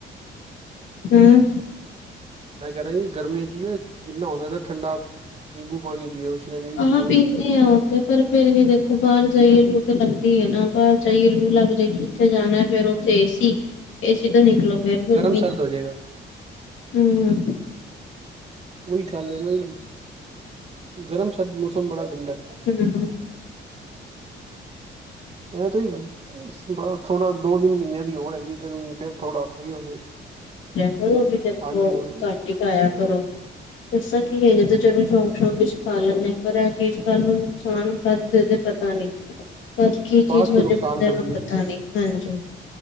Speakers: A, on the left; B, on the right.
A: ਹੂੰ
B: ਮੈਂ ਕਹਿ ਰਿਹਾ ਜੀ ਗਰਮੀਆਂ ਚ ਜਿੰਨਾ ਹੋ ਸਕਦਾ ਠੰਡਾ ਨਿੰਬੂ ਪਾਣੀ ਪੀਓ। ਸ਼ਿਕੰਜਵੀ
A: ਆਹ
B: ਪੀਓ
A: ਪੀਂਦੇ ਆਾਂ ਉੱਥੇ ਪਰ ਫੇਰ ਵੀ ਦੇਖੋ ਬਾਹਰ ਜਾਈਏ ਲੂਟ ਲੱਗਦੀ ਹੈ ਨਾ। ਬਾਹਰ ਜਾਈਏ ਲੂ ਲੱਗ ਜਾਏਗੀ ਜਿੱਥੇ ਜਾਣਾ ਫੇਰ ਉੱਥੇ ਏਸੀ ਏਸੀ ਦਾ ਨਿਕਲੋ ਫੀਰ ਗਰਮੀ
B: ਗਰਮ ਸਰਦ ਹੋ ਜਾਏਗਾ
A: ਹਮ
B: ਉਹੀ ਖੱਲ ਹੈ ਨਾ ਜੀ। ਗਰਮ ਸਰਦ ਮੌਸਮ ਬੜਾ ਗੰਦਾ।
A: ਹੂੰ
B: ਇਹ ਤੁਹੀ ਬੜਾ ਥੋੜਾ ਦੋ ਤਿੰਨ ਮਹੀਨਿਆਂ ਦੀ ਹੋਰ ਹੈਗੀ ਗਰਮੀ ਫੇਿਰ ਥੋੜਾ ਸਹੀ ਹੋ ਜਾਏ।
A: ਓਹ ਵੀ ਦੇਖੋ
B: ਹਾਂਜੀ ਹਾਂਜੀ
A: ਘਟ ਖ਼ਾਯਾਂ ਕਰੋ ਦੱਸਾਂ ਕੀ ਹੈ ਜ ਤੇ ਚਲੋ ਸ਼ੌਕ ਸ਼ੌਂਕ ਚ ਖਾ ਲੈਂਦੇ ਹ ਪਰ ਇਹ ਚੀਜ਼ ਕੱਲ ਨੂੰ ਨੁਕਸਾਨ ਕਰਦੇ ਤੇ ਪਤਾ ਨੀ ਅੱਜ ਕੀ
B: ਬਾਅਦ
A: ਚੀਜ਼ ਵਜੇ
B: ਚੋਂ ਨੁਕਸਾਨ
A: ਬੰਦੇ
B: ਕਰਦੀ
A: ਨੂੰ
B: ਹੈ
A: ਪਤਾ
B: ਜੀ
A: ਨੀ ਹਾਂਜੀ।